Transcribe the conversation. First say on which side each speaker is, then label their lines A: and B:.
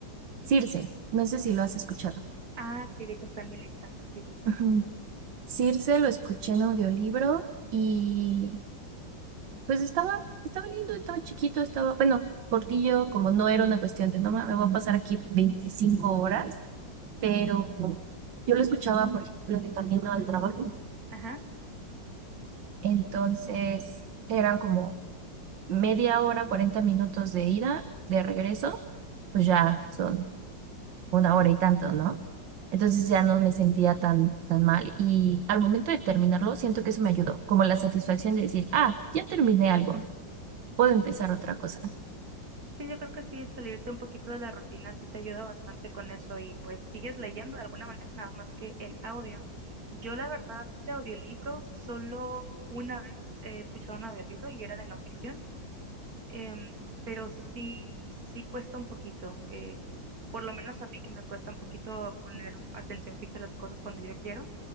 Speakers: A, on the right; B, on the right.
A: Circe, no sé si lo has escuchado.
B: Ah, sí, de hecho está en mi lista. Sí, sí, sí.
A: Ujú. Circe lo escuché en audiolibro. Y Pues estaba, estaba lindo, estaba chiquito, estaba, bueno, cortillo, como no era una cuestión de, no, ma- me voy a pasar aquí 25 horas, pero yo lo escuchaba, por ejemplo, de camino al trabajo.
B: Ajá.
A: Entonces, eran como media hora, 40 minutos de ida, de regreso, pues ya son una hora y tanto, ¿no? Entonces ya no me sentía tan, tan mal. Y al momento de terminarlo, siento que eso me ayudó, como la satisfacción de decir, ah, ya terminé algo, puedo empezar otra cosa.
B: Sí, yo creo que sí, salirte un poquito de la rutina sí te ayuda bastante con eso y pues sigues leyendo de alguna manera, nada más que en audio. Yo la verdad de audiolibros, solo una vez he escuchado un audiolibro y era de no ficción. em, pero sí, sí cuesta un poquito. eh, por lo menos a mí que me cuesta un poquito poner atención fija a las cosas cuando yo quiero,